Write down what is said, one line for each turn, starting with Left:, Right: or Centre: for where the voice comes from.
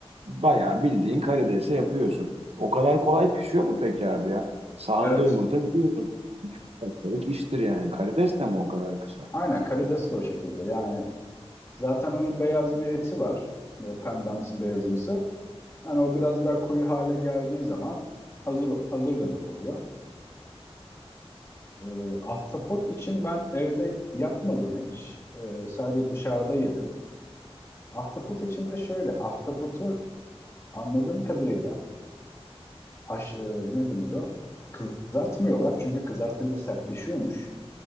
Right: Bayağı bildiğin karidesi yapıyorsun. O kadar kolay pişiyor mu peki abi ya? Sahanda
Left: Evet.
Right: yumurta biliyorsun. İki dakikalık iştir yani. Karides de mi o kadar kısa?
Left: Aynen karides de o şekilde. Yani zaten onun beyaz bir eti var. Böyle pembemsi beyazımsı. Hani o biraz daha koyu hale geldiği zaman hazır hazır demek oluyor. Ee, ahtapot için ben evde yapmadım hiç. Ee, sadece dışarıda yedim. Ahtapot için de şöyle, ahtapotu anladığım kadarıyla haş, e, ne denir o? Kızartmıyorlar çünkü kızartınca sertleşiyormuş.